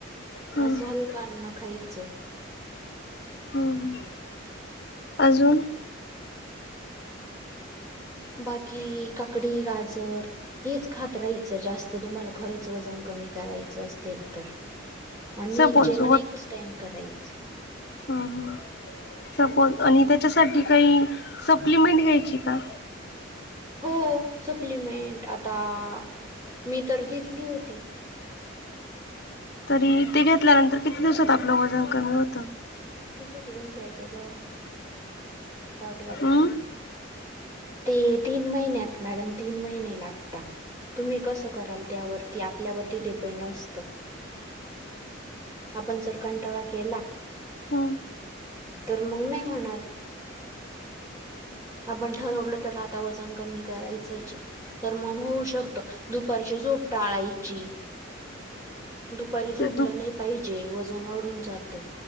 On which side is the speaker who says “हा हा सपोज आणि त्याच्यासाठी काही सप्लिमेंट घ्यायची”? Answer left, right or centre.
Left